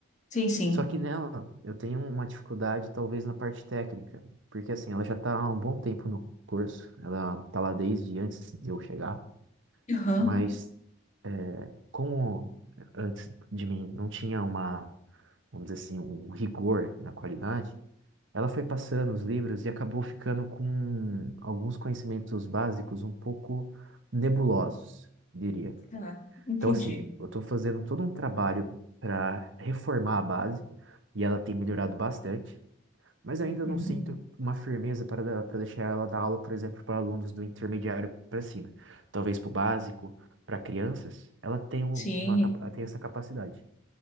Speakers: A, on the left (about 35°); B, on the right (about 70°).
A: Sim, sim.
B: Só que nela, eu tenho uma dificuldade, talvez, na parte técnica, porque, assim, ela já está há um bom tempo no curso, ela está lá desde antes de eu chegar,
A: Aham,
B: mas é, como antes de mim não tinha uma, vamos dizer assim, um rigor na qualidade, ela foi passando os livros e acabou ficando com alguns conhecimentos básicos um pouco nebulosos, diria.
A: tá. Entendi.
B: Então, assim, eu estou fazendo todo um trabalho para reformar a base e ela tem melhorado bastante, mas
A: Uhum.
B: ainda não sinto uma firmeza para dar- para deixar ela dar aula, por exemplo, para alunos do intermediário para cima. Talvez para o básico, para crianças, ela tem uma,
A: Sim,
B: capa- ela tem essa capacidade.